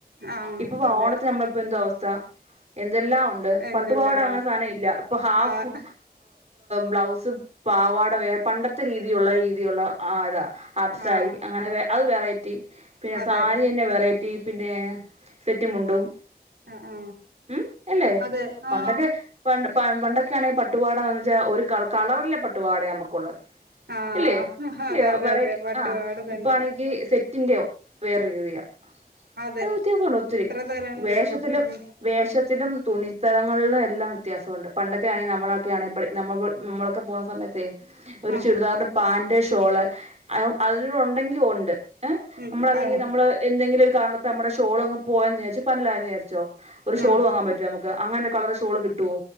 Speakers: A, on the right; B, on the right.
A: ആഹ്
B: ഇപ്പൊ പോഓണത്തി
A: അതെ
B: നമ്മളിപ്പോ എന്തോ അവസ്ഥ എന്തെല്ലാം ഉണ്ട്
A: എന്തെല്ലാ
B: പട്ടുപാവാട അങ്ങനെ സാധനം ഇല്ല ഇപ്പൊ ഹാഫ്
A: ആഹ്
B: ബ്ലൗസ് പാവാട വേർ പണ്ടത്തെ രീതിയുള്ള രീതിയുള്ള ആ ഇതാ ആഫ്സാരി
A: ആഹ്
B: അങ്ങനെ അത് വെറൈറ്റി പിന്നെ
A: അതെ
B: സാരി തന്നെ വെറൈറ്റി പിന്നെ സെറ്റ് മുണ്ടും
A: ആഹ്
B: ഉം എല്ലേ?
A: അതെ
B: പണ്ടക്കെ
A: ആഹ്
B: പ പണ്ടൊക്കെ ആണെങ്കി പട്ടുപാവാട വാങ്ങിച്ചാ ഒരു കളറിലെ പട്ടുപാട നമുക്ക് ഒള്ളത്
A: ആഹ്
B: ഇല്ലേ? ഇല്ലേ
A: അതെ അതെ
B: വെറെറ്റി
A: അതെ പട്ടുപാവാട
B: ആഹ്
A: തന്നെ
B: ഇപ്പയാണെങ്കി സെറ്റ് റ്റിന്റെയൊ വേറൊരു രീതിയ
A: അതെ
B: ആ വ്യത്യാസവുണ്ട് ഒത്തിരി
A: എത്ര തരണ്ട്
B: വേഷത്തിലും
A: ഇപ്പൊ ഉം
B: വേഷത്തിലും തുണിത്തരങ്ങളിലും എല്ലാം വ്യത്യാസമുണ്ട് പണ്ടൊക്കെ ആണെങ്കി നമ്മളൊക്കെയാണെങ്കി നമ്മ നമ്മളൊക്കെ പോകുന്ന സമയത്തെ ഒരു
A: ആഹ്
B: ചുരിദാറിന് പാന്റ്, ഷോള് അതിന്റെ കൂടെ ഒണ്ടെങ്കി ഒണ്ട് ഏഹ്
A: ഉം
B: നമ്മളല്ലെങ്കി
A: ആഹ്
B: നമ്മള് എന്തെങ്കിലൊരു കാരണത്ത നമ്മടെ ഷോളങ് പോയന്ന് വിചാരിച്ചൊ പന്നലായെന്ന് വിചാരിച്ചോ ഒരു ഷോൾ
A: ആഹ്
B: വാങ്ങാൻ പറ്റോ നമക്ക് ക്ക് അങ്ങനൊരു കളർ ഷോൾ കിട്ടുവോ?